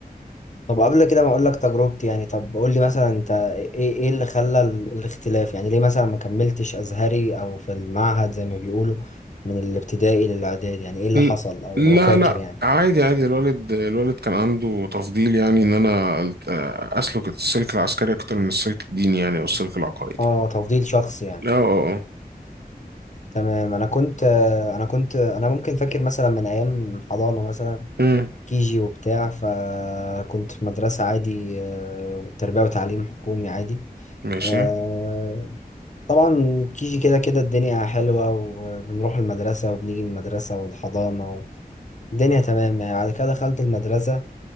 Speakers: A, on the left; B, on the right.
A: طب قبل كده ما اقول لك تجربتي يعني طب قول لي مثلا انت ايه ايه اللي خلى ال- الاختلاف يعني ليه مثلا ما كملتش ازهري او في المعهد زي ما بيقولوا من الابتدائي للاعداد يعني ايه اللي
B: ل-
A: حصل او
B: لا
A: لو فاكر
B: لا
A: يعني
B: عادي عادي الوالد الوالد كان عنده تفضيل يعني ان انا ألت- اسلك السلك العسكري اكتر من السلك الديني يعني او السلك العقائدي
A: اه تفضيل شخصي يعني
B: اه اه اه
A: تمام انا كنت انا كنت انا ممكن فاكر مثلا من ايام حضانه مثلا
B: أمم،
A: كيجي وبتاع فكنت في مدرسه عادي آه، تربيه وتعليم حكومي عادي
B: ماشي
A: آه، طبعا كيجي كده كده الدنيا حلوه وبنروح المدرسه وبنيجي من المدرسه والحضانه الدنيا تمام يعني بعد كده دخلت المدرسه